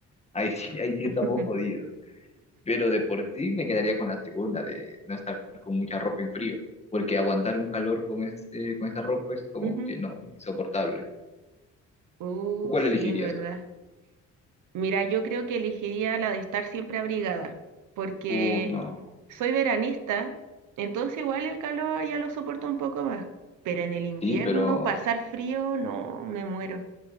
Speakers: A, on the left (about 20°); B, on the right (about 80°).
A: Ahí sí, ahí sí
B: <laughs>
A: estamos jodidos. pero de por sí me quedaría con la segunda, de no estar con mucha ropa en frío, porque aguantar un calor con este, con esta ropa es como
B: Ujú.
A: que no, insoportable.
B: Uh,
A: ¿Tú cuál
B: sí,
A: elegirías?
B: es verdad.
A: A ver.
B: Mira, yo creo que elegiría la de estar siempre abrigada, porque
A: Uf, no.
B: soy veranista, entonces igual el calor ya lo soporto un poco más, pero en el invierno
A: Sí, pero
B: pasar frío, no, me muero.